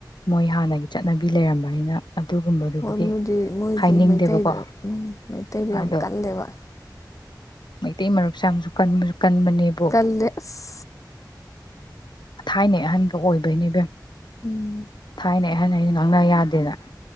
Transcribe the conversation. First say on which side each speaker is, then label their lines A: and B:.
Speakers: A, on the left (about 80°); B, on the left (about 45°).
A: ꯃꯣꯏ ꯍꯥꯟꯅꯒꯤ ꯆꯠꯅꯕꯤ ꯂꯩꯔꯝꯕꯅꯤꯅ ꯑꯗꯨꯒꯨꯝꯕꯗꯨꯕꯨꯗꯤ
B: ꯍꯣꯏ ꯃꯣꯏꯗꯤ ꯃꯣꯏꯗꯤ
A: ꯍꯥꯏꯅꯤꯡꯗꯦꯕꯀꯣ
B: ꯃꯩꯇꯩꯗ <unintelligible>
A: ꯑꯗꯣ
B: ꯀꯜꯂꯦꯕ
A: ꯃꯩꯇꯩ ꯃꯔꯨꯞꯁꯦ ꯌꯥꯝꯁꯨ ꯀꯟꯕꯁꯨ ꯀꯟꯕꯅꯦꯕꯨ
B: ꯀꯜꯂꯦ ꯑꯁ
A: ꯊꯥꯏꯅ ꯑꯍꯟꯒ ꯑꯣꯏꯕꯩꯅꯦꯕꯦꯝ
B: ꯎꯝ
A: ꯊꯥꯏꯅꯦ ꯍꯥꯏꯅ ꯑꯩꯁꯦ ꯉꯪꯅ ꯌꯥꯗꯦꯗ